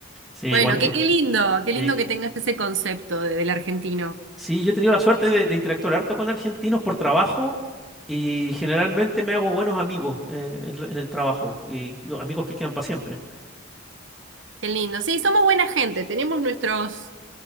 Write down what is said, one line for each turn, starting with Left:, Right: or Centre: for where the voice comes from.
Centre: Sí,
Right: Bueno,
Centre: cuan-
Right: qué,
Centre: y cu-
Right: qué lindo, qué
Centre: y-
Right: lindo que tengas ese concepto de- del argentino.
Centre: sí, yo he tenido la suerte de, de interactuar harto con argentinos por trabajo y generalmente me hago buenos amigos eh, en, lo- en el trabajo y y amigos que quedan para siempre.
Right: Qué lindo. Sí, somos buena gente, tenemos nuestros,